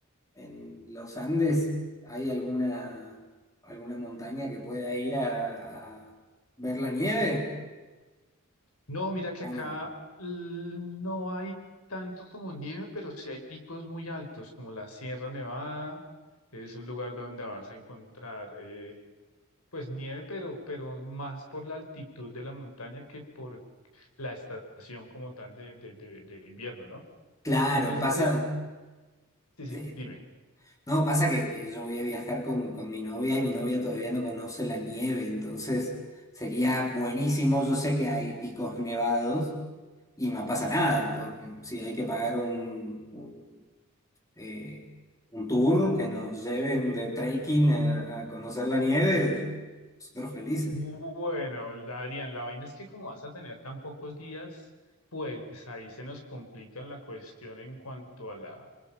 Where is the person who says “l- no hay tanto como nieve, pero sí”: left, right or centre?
Left